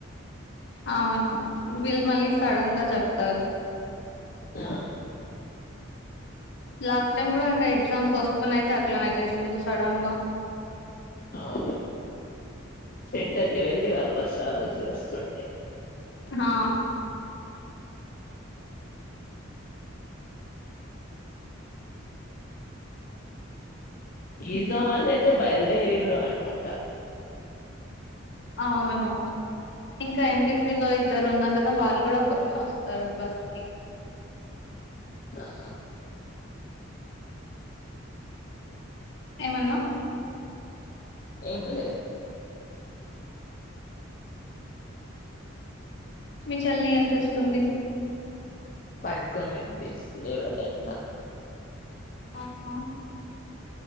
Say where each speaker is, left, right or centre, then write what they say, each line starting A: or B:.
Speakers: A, on the left (about 60°); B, on the left (about 45°).
A: అవును వీళ్ళు మళ్ళీ సడన్ గా చెప్తారు
B: ఆ
A: లాస్ట్ టైం కూడా ఒక ఎగ్జామ్ పోస్ట్ ఫోన్ అయితే అట్లనే చేసిల్లు సడన్గా
B: అవును సెంటర్ కి వెళ్ళి వాపస్ రావాల్సి వస్తుండే
A: హా
B: ఈందామా లేపోతే బయలుదేరిలో అనుకుంటా
A: అవును ఇంకా ఎంపీసి లో ఇద్దరు ఉన్నారు కదా వాళ్ళు కూడా పోని వస్తారు బస్ కి
B: ఆ
A: ఏమన్నా
B: ఎం లే
A: మీ చెల్లి ఏం చేస్తుంది
B: పండుకొని ఉంది లేవలే ఇంక
A: ఆహా